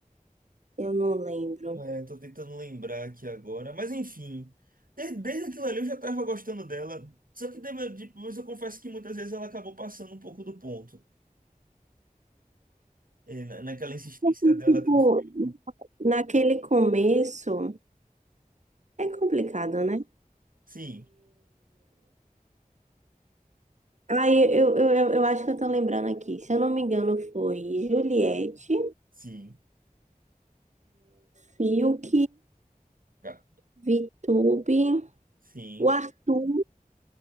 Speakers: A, on the right; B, on the right.
A: Eu não lembro.
B: É, tô tentando lembrar aqui agora. Mas enfim, de- desde aquilo ali eu já tava gostando dela. Só que deve- depois eu confesso que muitas vezes ela acabou passando um pouco do ponto. É, na- naquela insistência
A: E,
B: dela
A: tipo,
B: com o filho.
A: naquele começo é complicado, né?
B: Sim,
A: Aí eu, eu, eu, eu acho que eu tô lembrando aqui. Se eu não me engano, foi Juliette,
B: sim,
A: Fiuk,
B: tá,
A: Vitube,
B: sim,
A: o Arthur.